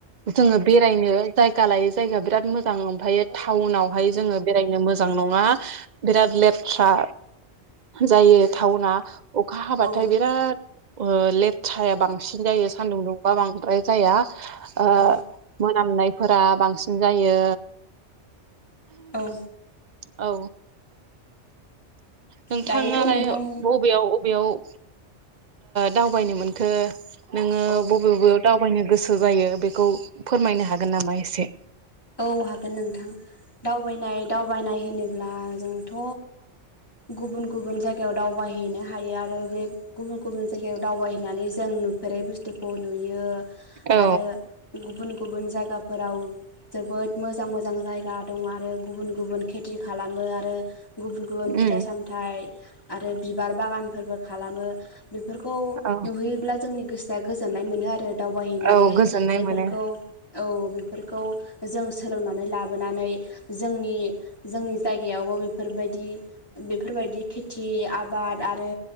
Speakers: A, on the right (about 45°); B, on the left (about 20°).
A: जोङो बेरायनो जायगा लायो जायगाया बिराद मोजां ओमफायो टाउनावहाय जोङो बेरायनो मोजां नङा बिराद लेथ्रा जायो टाउना अखा हाबाथाय
B: औ
A: बिराद ओ लेथ्राया बांसिन जायो सानदुं दुंबा बांद्राय जाया। ओ
B: औ
A: मोनामनायफोरा बांसिन जायो
B: औ
A: औ नोंथाङालाय
B: दायोथ' नोंथां
A: बबेयाव बबेयाव ओ दावबायनो मोनखो नोङो
B: औ
A: बबे बबेयाव दावबायनो गोसो जायो बेखौ फोरमायनो हागोन नामा एसे?
B: औ हागोन नोंथां दावबायनाय दावबायनाय होनोब्ला जोंथ' गुबुन गुबुन जायगायाव दाव दावबायहैनो हायो आरो बे गुबुन गुबुन जायगायाव दावबायहैनानै जों नुफेरै बुस्थुखौ नुयो
A: औ
B: आरो गुबुन गुबुन जायगाफोराव जोबोद मोजां मोजां जायगा दं आरो गुबुन गुबुन खेथि खालामो आरो गुबुन गुबुन फिथाइ
A: उम
B: सामथाइ आरो बिबार बागानफोरबो खालामो बेफोरखौ
A: औ
B: नुहैयोब्ला जोंनि गोसोआ गोजोननाय मोनो आरो दावबायहैनानै
A: औ गोजोननाय
B: बेफोरखौ
A: मोनो
B: औ बेफोरखौ जों सोलोंनानै लाबोनानै जोंनि जोंनि जायगायावबो बेफोरबायदि बेफोरबायदि खेथि आबाद आरो